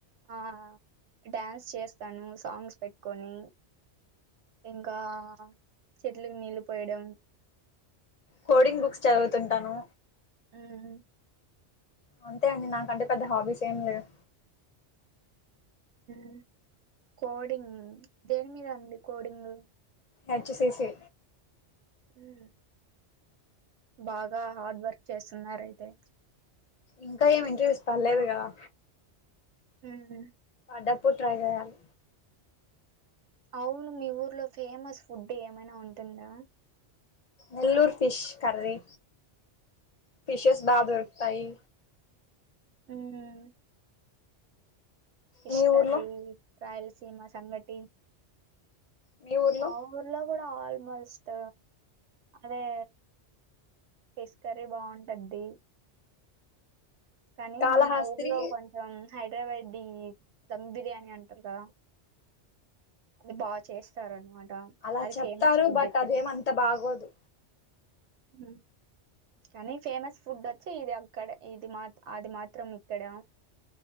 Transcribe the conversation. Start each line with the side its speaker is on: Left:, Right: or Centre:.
Right: ఆ డ్యాన్స్ చేస్తాను సాంగ్స్ పెట్కోని ఇంకా చెట్లుకి నీళ్ళు పోయడం.
Left: Coding books చదువుతుంటాను.
Right: మ్
Left: అంతే అండి నాకంటే పెద్ద హాబీస్ ఏం లేవ్
Right: మ్ కోడింగ్ దేని మీద అండి కోడింగు
Left: హెచ్ సీసి
Right: మ్ బాగా హార్డ్ వర్క్ చేస్తున్నారయితే
Left: ఇంకా ఏమి ఇంటర్వ్యూస్ పర్లేదు కదా
Right: ఉమ్
Left: డప్పుడు ట్రై చేయాలి
Right: అవును మీ ఊర్లో ఫేమస్ ఫుడ్ ఏమైనా ఉంటుందా
Left: నెల్లూర్ ఫిష్ కర్రీ ఫిషెస్ బా దొరుకుతాయి
Right: ఉమ్ ఫిష్
Left: మీ
Right: కర్రీ
Left: ఊర్లో
Right: రాయల్స్ సిమా సంగటి
Left: మీ ఊర్లో
Right: మా ఊర్లో కూడా ఆల్మోస్ట్ అదే ఫిష్ కర్రీ బాగుంటద్ది కానీ
Left: కాళహాస్త్రి
Right: మా ఊర్లో కొంచం హైదరాబాద్ డి దమ్ బిర్యానీ అంటారు కదా అది బా చేస్తారనమాట
Left: అలా
Right: అది
Left: చెప్తారు
Right: ఫేమస్ ఫుడ్
Left: బట్ అదేమంత బాగోదు
Right: ఉమ్ కానీ ఫేమస్ ఫుడ్ వచ్చి ఇది అక్కడ ఇది మా అది మాత్రం ఇక్కడ